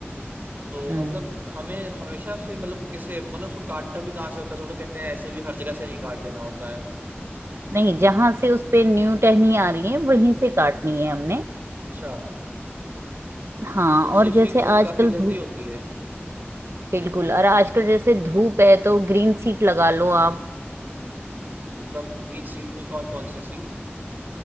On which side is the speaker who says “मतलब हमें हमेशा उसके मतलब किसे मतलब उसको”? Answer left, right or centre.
Right